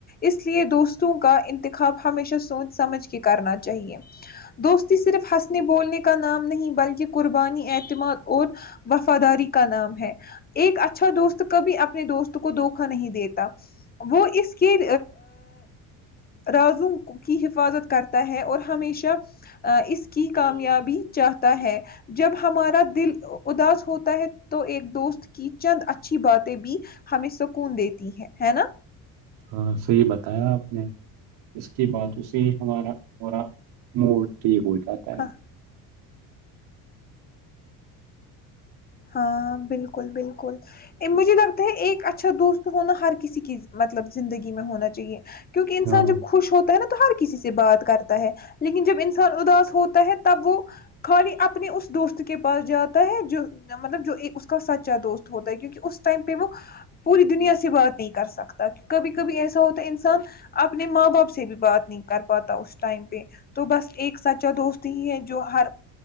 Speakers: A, on the left (about 20°); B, on the right (about 65°).
A: اس لیے دوستوں کا انتخاب ہمیشہ سوچ سمجھ کے کرنا چاہیے دوستی صرف ہنسنے بولنے کا نام نہیں بلکہ قربانی اعتماد اور وفاداری کا نام ہے ایک اچھا دوست کبھی اپنے دوست کو دھوکا نہیں دیتا وہ اس کے رازو کی حفاظت کرتا ہے اور ہمیشہ اس کی کامیابی چاہتا ہے جب ہمارا دل اداس ہوتا ہے تو ایک دوست کی چند اچھی باتیں بھی ہمیں سکون دیتی ہے ہے نا
B: ہاں صحی بتایا آپ نے اس کے بعد اسے ہمارا پورا موڈ ٹھیک ہو جات اک
A: ہاں ہاں بالکل بالکل مجھے لگتا ہے ایک اچھا دوست ہونا ہر کسی کی مطلب زندگی میں ہونا چاہیے کیونک انسان
B: ہاں
A: جب خوش ہوتا ہے نا تو ہر کسی سے بات کرتا ہے لیکن جب انسان اداس ہوتا ہے تب وہ خالی اپنے اس دوست کے پاس جاتا ہے جو مطلب جو ایک اس کا سچا دوست ہوتا ہے کیونکہ اس ٹائم پہ وہ پوری دنیا سے بات نہیں کر سکتا کبھی کبھی ایسا ہوتا ہے انسان اپنے ماں باپ سے بھی بات نہیں کر پاتا اس ٹائم پہ تو بس ایک سچا دوست ہی ہے جو ہر